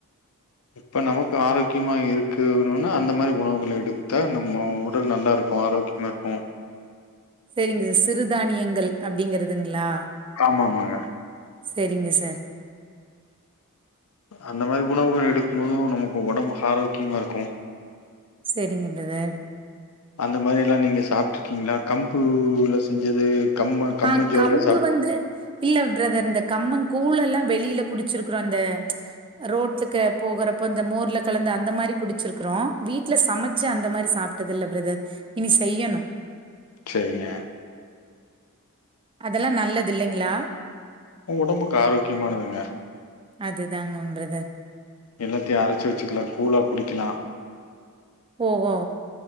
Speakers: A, on the left; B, on the right.
A: இப்ப நமக்கு ஆரோக்கியமா இருக்கணுன்னா அந்த மாரி உணவுகள எடுத்தா நம்ம உடல் நல்லா இருக்கு ஆரோக்கிய மா இருக்கு
B: செரிங்க சார் சிறுதானியங்கள் அப்டிங்கிறதுங்ளா
A: ஆமா ஆமாங்க
B: செரிங்க சார்
A: அந்த மாரி உணவுகள் எடுக்கும் போது நமக்கு ஒடம்பு ஆரோக்கியமா இருக்கு
B: செரிங்க பிரதர்
A: அந்த மாரி எல்லா நீங்க சாப்டுருக்கீங்களா கம்புல செஞ்சது கம்ம கம்மஞ்சோறுல
B: ஆ கம்பு
A: சாப்
B: வந்து இல்ல பிரதர் இந்த கம்மங் கூழ் எல்லா வெளில குடிச்சிருக்குறோ இந்த ரோட்டுக்கு போகறப்ப இந்த மோர்ல கலந்து அந்த மாரி குடிச்சிருக்குறோ வீட்ல சமச்சி அந்த மாரி சாப் ட்டது இல்ல பிரதர் இனி செய்யணு
A: செரிங்க
B: அதெல்லா நல்லது இல்லைங்ளா
A: ஒடம்புக்கு ஆரோக்கியமானதுங்க
B: அதுதாங்க பிரதர்
A: எல்லாத்தயு அரச்சி வச்சுக்கலா கூழா குடிக்கலா
B: ஓ ஓ